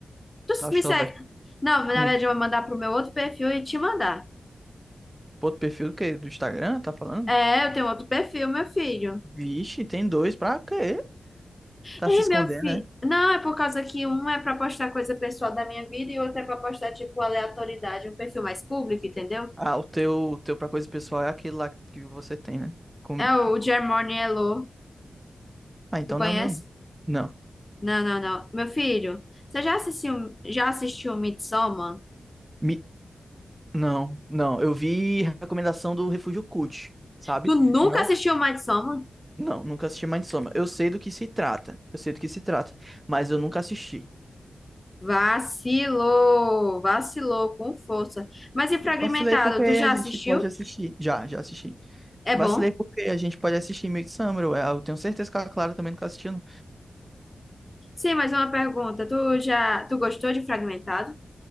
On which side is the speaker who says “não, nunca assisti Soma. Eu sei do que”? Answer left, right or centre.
Right